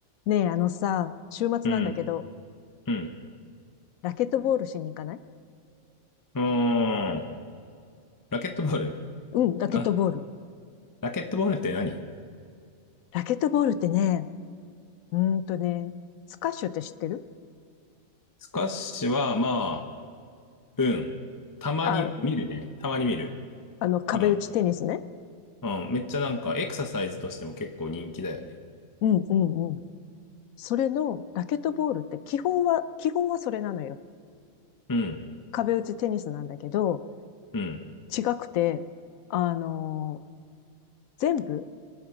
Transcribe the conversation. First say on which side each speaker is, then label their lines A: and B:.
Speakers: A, on the left; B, on the left.
A: ねえ、あのさ、週末なんだけど、
B: うん、うん。
A: ラケットボールしに行かない
B: うーん。ラケットボール。
A: うん、ラケットボール。
B: あ、ラケットボールって何
A: ラケットボールってね、うーんとね、スカッシュって知ってる
B: スカッシュは、まあ、うん。たまに見るね。
A: あ、
B: たまに見る。
A: あの、壁打ちテニスね。
B: うん。うん。めっちゃなんか、エクササイズとしても結構人気だよね。
A: うん、うん、うん。それの、ラケットボールって基本は、基本はそれなのよ。
B: うん。
A: 壁打ちテニスなんだけど、
B: うん。
A: 違くて、あのー全部、